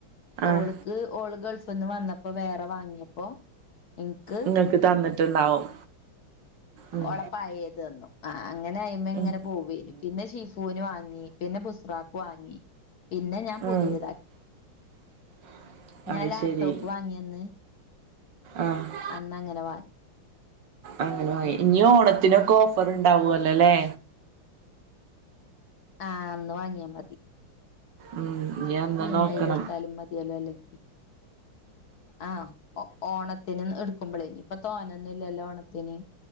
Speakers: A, on the right; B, on the left.
A: ആഹ്
B: ഓൾ ക്ക് ഓള് ഗൾഫ് നിന്ന് വന്നപ്പോ വേറെ വാങ്ങിയപ്പോ ഇൻക്ക്
A: ഇങ്ങക്ക് തന്നിട്ടുണ്ടാവും ഉം
B: ഓളെപയേത് തന്നു ആ അങ്ങനെ അയ്മങ്ങനെ
A: ഉം
B: പോവായിനി പിന്നെ ഷീഫുവിന് വാങ്ങി പിന്നെ പുസ്രാഖ വാങ്ങി പിന്നെ ഞാൻ പുതിയതാ
A: ഉം <inaudible>
B: ഞാൻ
A: അയ്
B: ലാപ്ടോപ്പ്
A: ശരി
B: വാങ്ങിയന്ന്
A: ആഹ്
B: അന്ന് അങ്ങനെ വാങ്ങി
A: അങ്ങനെ വാങ്ങി.
B: ഉം
A: ഇനി ഓണത്തിനൊക്കെ ഓഫർ ഉണ്ടാവല്ലോല്ലേ
B: ആഹ് അന്ന് വാങ്ങിയാ മതി
A: ഉം ഇനി അന്ന്
B: ഈ എംയിലെടുത്താലും
A: നോക്കണം
B: മതിയല്ലോ അല്ലെങ്കില് ആഹ് ഓണത്തിന് എടുക്കുമ്പോളേ, ഇനി ഇപ്പൊ തോനൊന്നുംല്ലല്ലോ ഓണത്തിന്